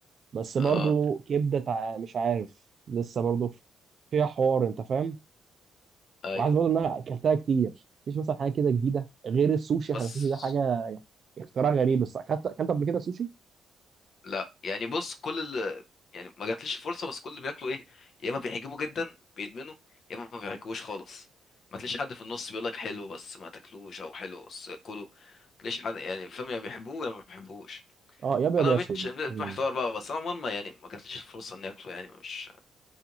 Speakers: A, on the right; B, on the left.
A: بس
B: اه
A: برضو كبده تع... مش عارف لسه برضو في- فيها حوار انت فاهم
B: ايوه
A: وعايز برضو ان انا اكلتها كتير مفيش مثلا حاجه كده جديده غير السوشي
B: بس
A: عشان السوشي ده حاجه اختراع غريب بس اكلت اكلت قبل كده سوشي
B: لا يعني بص كل ال... يعني ما جاتليش فرصه بس كل اللي بياكلوا ايه يا اما بيعجبوا جدا بيدمنوا يا اما ما بيعجبوش خالص ما تلاقيش حد في النص بيقول لك حلو بس ما تاكلوش او حلو بس كله ما تلاقيش حد يعني فاهم يا بيحبوه يا ما بيحبوش
A: اه يا ابيض
B: فانا
A: يا
B: ما بقتش
A: اسود
B: محتار
A: مم.
B: بقى بس انا عموما ما- يعني ما جاتليش فرصه اني اكله يعني مش